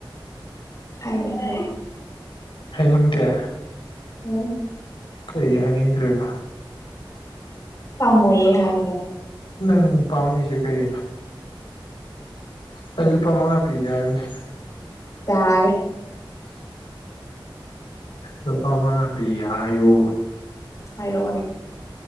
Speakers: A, on the left; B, on the left.
A: ꯍꯥꯏꯅꯤꯡꯗ‌ꯦ
B: ꯍꯥꯏꯅꯤꯡꯘꯦ
A: ꯎꯝ
B: ꯀꯩ ꯍꯥꯏꯅꯤꯡꯗ꯭ꯔꯤꯕ
A: ꯄꯥꯝꯃꯣꯏꯌꯦ ꯍꯥꯏꯒꯗ
B: ꯅꯪ ꯄꯥꯝꯃꯨꯏꯁꯦ ꯀꯩꯒꯤꯅꯣ ꯑꯩ ꯂꯨꯄꯥ ꯃꯉꯥ ꯄꯤꯒꯦ ꯍꯥꯏꯕꯅꯤ
A: ꯌꯥꯔꯦ
B: ꯂꯨꯄꯥ ꯃꯉꯥ ꯄꯤꯒꯦ ꯍꯥꯏꯌꯨ
A: ꯍꯥꯏꯔꯣꯅꯦ